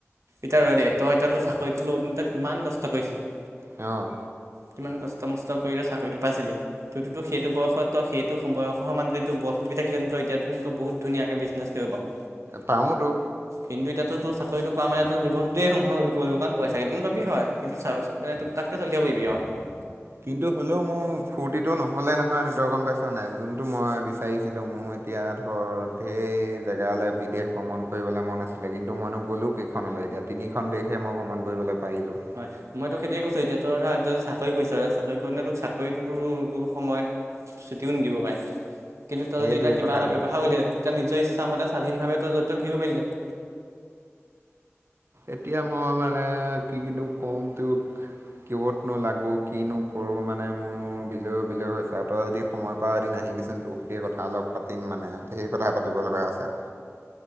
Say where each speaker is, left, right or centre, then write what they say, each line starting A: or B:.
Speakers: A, on the right; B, on the right.
A: এতিয়া ৰ দেই তই এতিয়া ধৰ চাকৰিটো লওতে তই কিমান কষ্ট কৰিছিলি।
B: অ
A: কিমান কষ্ট মষ্ট কৰি এতিয়া চাকৰিটো পাইছিলি, ততো সেইটো বয়সত সেইটো বয়সৰ সমান যদি টোৰ বল শক্তি থাকিলে হেতিন এতিয়া বহুত ধুনীয়াকে বিজ বিজনেছ কৰিব পাৱ।
B: পাওটো
A: কিন্তু এতিয়াতো চাকৰিটো কমাৰো জীৱনটোৱে অন্ধ হল বুলি কব লাগিব কাৰণ পইচা কেইটামান পাবি হয় কিন্তু চ টোক তাক কে চলি থাকিব পাৰিবি আও।
B: কিন্তু হ'লেও মোৰ ফূৰ্তিটো নহ'লে নহয় ত গম পাইছ নাই যোনটো মই বিচাৰিছিলো মোৰ এতিয়া ধৰ ঢেৰ জেগালৈ বিদেশ ভ্ৰমণ কৰিবলৈ মন আছিলে কিন্তু মইনো গ'লো। কেইখনলৈ এতিয়া তিনিখন দেশহে মই ভ্ৰমণ কৰিবলৈ পাৰিলোঁ।
A: হয় মই তোক সেইটোৱে কৈছো এতিয়া তই ধৰা চাকৰি কৰিছ চাকৰি কৰি তোক চাকৰিটো টো সময়ত ছুটিও নিদিব পাৰে। কিন্তু তই
B: সেইটোৱেই
A: যদি এতিয়া কিবা
B: কথাটো
A: এটা ব্যৱসায় কৰিলি হেতেন তেতিয়া নিজৰ ইচ্ছা মতে স্বাধীনভাৱে তই যত তত ঘূৰিব পাৰিলি হেতেন।
B: এতিয়া মই মানে কি নো কম তোক। কি ব'ৰ্ডনো লাগো কিনো কৰো মানে মোৰ বিলৈ বিলৈ হৈছে আৰু তই যদি সময় পাঅ এদিন আহিবিচোন তোৰ সৈতে কথা অলপ পাতিম মানে সেই কথা পাতিব লগা আছে।